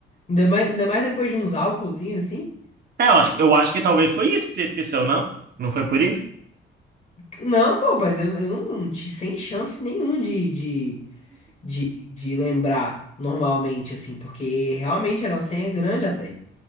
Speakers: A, on the left (about 35°); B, on the right (about 50°).
A: Ainda mais, ainda mais depois de uns álcoolzinhos assim.
B: É, eu acho, eu acho que talvez foi isso que você esqueceu, não? Não foi por isso?
A: Não, pô, mas eu, eu não, não tinha sem chance nenhuma de, de, de lembrar normalmente, assim, porque realmente era uma senha grande até,